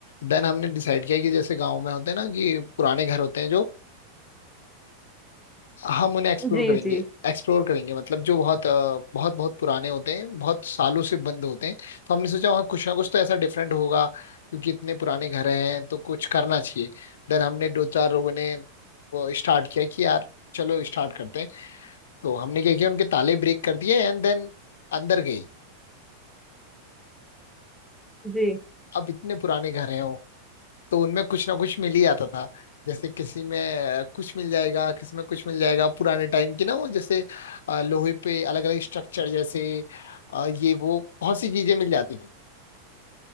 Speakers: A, on the left; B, in the centre.
A: देन हमने डिसाइड किया कि जैसे गांव में होते हैं ना कि पुराने घर होते हैं जो हम उन्हें एक्सप्लोर
B: जी
A: करेंगे
B: जी
A: एक्सप्लोर करेंगे मतलब जो बहुत अ, बहुत बहुत पुराने होते हैं बहुत सालों से बंद होते हैं तो हमने सोचा वहाँ कुछ ना कुछ तो ऐसा डिफरेंट होगा क्योंकि इतने पुराने घर हैं तो कुछ करना चाहिए देन हमने दो चार लोगों ने वो स्टार्ट किया कि यार चलो स्टार्ट करते हैं तो हमने क्या किया उनके ताले ब्रेक कर दिए एंड देन अंदर गए
B: जी
A: अब इतने पुराने घर हैं तो उनमें कुछ ना कुछ मिल ही आता था जैसे किसी में अ, कुछ मिल जाएगा किसी में कुछ मिल जाएगा पुराने टाइम की ना वो जैसे अ, लोहे पे अलग अलग स्ट्रक्चर जैसे अ, ये वो बहुत सी चीजें मिल जाती थी